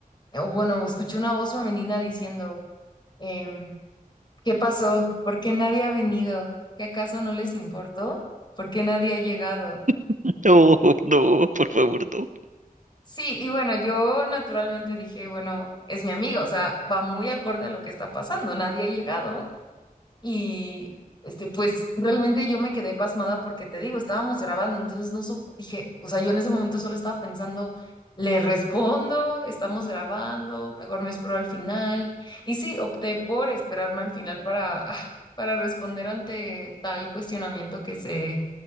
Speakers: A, on the left (about 30°); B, on the right (about 55°).
A: o bueno, escuché una voz femenina diciendo, em, ¿qué pasó? ¿Por qué nadie ha venido? ¿Qué acaso no les importó? ¿Por qué nadie ha llegado?
B: <laughs> No, no, por favor, no.
A: Sí, y bueno, yo naturalmente dije, bueno, es mi amiga, o sea, va muy acorde a lo que está pasando, nadie ha llegado y este, pues realmente yo me quedé pasmada porque te digo, estábamos grabando, entonces no su- dije, o sea, yo en ese momento solo estaba pensando, le respondo, estamos grabando, mejor me espero al final. Y sí, opté por esperarme al final para, <laughs> para responder ante tal cuestionamiento que se,